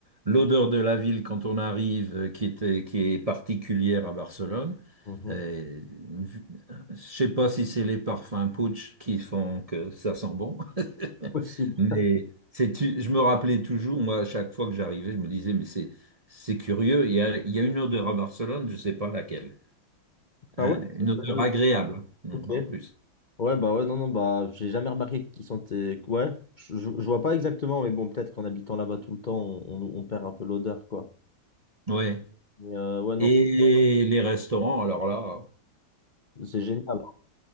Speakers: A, on the right; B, on the left.
A: l'odeur de la ville quand on arrive, euh, qui était, qui est particulière à Barcelone,
B: Mhm.
A: euh, une vue- je sais pas si c'est les parfums Putsch qui font que ça sent bon, <laughs>
B: Possible.
A: mais c'est, tu- je me rappelais toujours, moi, à chaque fois que j'arrivais, je me disais, mais c'est, c'est curieux, il y a, il y a une odeur à Barcelone, je sais pas laquelle,
B: Ah
A: Hein,
B: ouais?
A: une odeur
B: Euh,
A: agréable, hein,
B: ok.
A: en plus.
B: Ouais, bah ouais, non, non, bah, j'ai jamais remarqué qui sont tes. Ouais, je, je- je vois pas exactement, mais bon, peut-être qu'en habitant là-bas tout le temps, on, on- on perd un peu l'odeur, quoi.
A: Oui.
B: Mais euh, ouais, non,
A: Et les restaurants, alors là,
B: c'est génial. hein.